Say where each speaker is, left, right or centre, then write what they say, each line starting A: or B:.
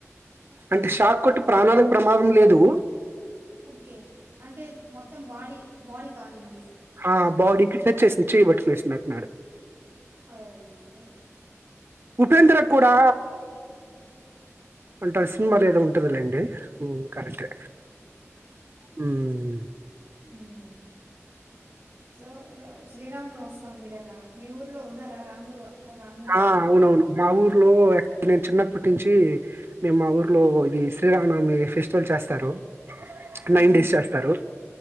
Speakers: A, on the right; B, on the right.
A: అబ్బా
B: అంటే షాక్ కొట్టి ప్రాణానికి ప్రమాదం లేదు
A: ఓకే అంటే మొత్తం బాడీ బాడీ కాలింది
B: ఆ బాడీకి టచ్చేసింది చేయిబట్టి <unintelligible> అట్న్నాడు
A: అయ్యో
B: ఉపేంద్ర
A: మ్మ్.
B: కూడా అంటే ఆ సినిమా లే ఏదో ఉంటదిలేండి కరెక్టే హ్మ్
A: మ్మ్. సో శ్రీరామనవమి వస్తుంది కదా మీ ఊర్లో ఉన్నారా రాముూరు వా రాములు
B: ఆ
A: వారు
B: అవునవును మాఊరు లో నేను చిన్నప్పటి నుంచి మేము మా ఊర్లో ఇది శ్రీరామనమి ఫెస్టివల్ చేస్తారు
A: హ్మ్.
B: నైన్ డేస్ చేస్తారు